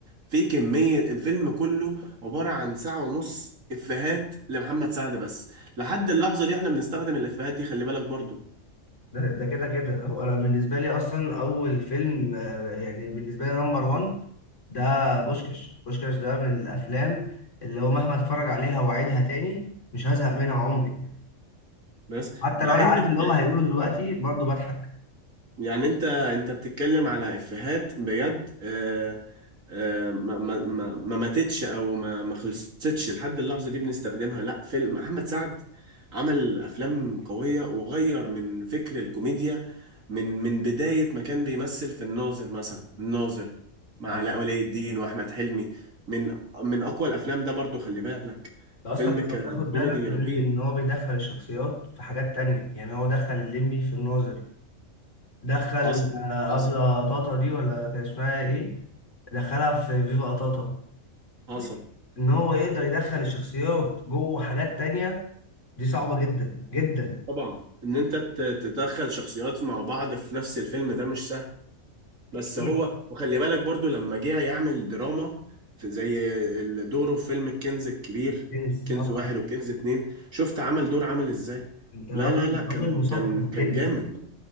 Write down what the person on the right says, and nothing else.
في كمية الفيلم كله عبارة عن ساعة ونص إفيهات لمحمد سعد بس لحد اللحظة دي احنا بنستخدم الإفيهات دي خلي بالك برضو
بس
مع
إن
يعني انت انت بتتكلم على افيهات بجد آه آه ما ما ما ما ماتتش او ما ما خلصتش لحد اللحظه دي بنستخدمها لا فيلم محمد سعد عمل افلام قويه وغير من فكر الكوميديا من من بدايه ما كان بيمثل في الناظر مثلا الناظر مع
علاء ولي الدين واحمد حلمي من من اقوى الافلام ده برضو خلي بالك
فيلم
كان
كوميدي
رهيب
حصل
حصل
حصل
طبعا ان انت ت- تدخل شخصيات مع بعض في نفس الفيلم ده مش سهل بس
هو وخلي بالك برضو لما جه يعمل دراما في زي ال- دوره في فيلم الكنز الكبير
كنز
واحد وكنز اتنين شفت عمل دور عامل ازاي
لا لا لا كان
كان كان
جامد